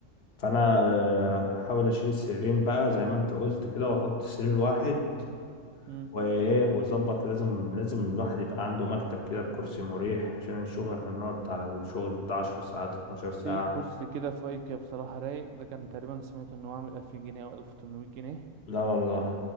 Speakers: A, on the left (about 55°); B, on the right (about 75°).
A: فانا آه، هحاول اشيل السريرين بقى زي ما انت قلت كده واحط سرير واحد
B: مم.
A: وايه وظبط لازم لازم الواحد يبقى عنده مكتب كده بكرسي مريح عشان الشغل احنا بنقعد على الشغل بتاع 10 ساعات 12 ساعة
B: في كرسي كده في ايكيا بصراحة رايق ده كان تقريبا سمعت انه عامل 2000 جنيه او 1800 جنيه
A: لا والله